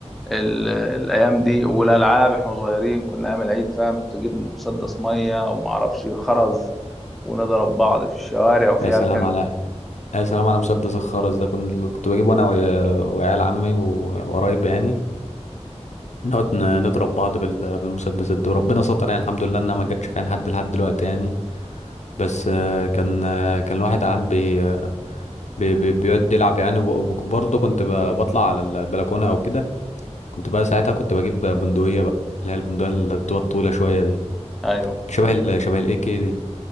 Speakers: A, in the centre; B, on the left (about 75°).
A: ال... الايام دي والالعاب احنا صغيرين كنا ايام العيد فاهم تجيب مسدس ميه وما اعرفش خرز ونضرب بعض في الشوارع وفي
B: يا سلام
A: عيال كانت
B: على يا سلام على مسدس الخرز ده كنت كنت بجيبه انا ويا- وعيال عمي و- وقرايب يعني نقعد ن- نضرب بعض بال- بالمسدسات دي وربنا ستر يعني الحمد لله انها ما جاتش في عين حد لحد دلوقتي يعني بس آه، كان آه، كان الواحد قاعد بي بي بي- بيقعد يلعب يعني وبرضه كنت ب- بطلع على البلكونة أو كده كنت بقى ساعتها كنت بجيب بندقية بقى اللي هي البندقية اللي بتبقى طويلة شوية دي
A: ايوه
B: شبه ال شبه الإي كي دي